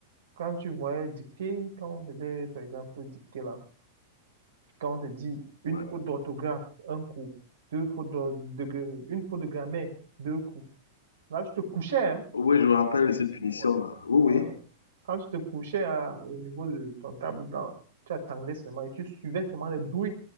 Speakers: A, on the right (about 65°); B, on the left (about 75°).
A: Quand tu voyais dicter, quand on faisait, par exemple, dicter là, Quand on te dit une
B: Ouais.
A: faute d'orthographe, un coup, deux fautes d'or- de, gra- une faute de grammaire, deux coups. Là, tu te couchais, hein.
B: Oui, je me rappelle de cette punition-là.
A: Ouais.
B: Oui,
A: Voilà.
B: oui.
A: Quand tu te couchais à- au niveau de ton table blanc, tu attendais seulement et tu suivais seulement le bruit,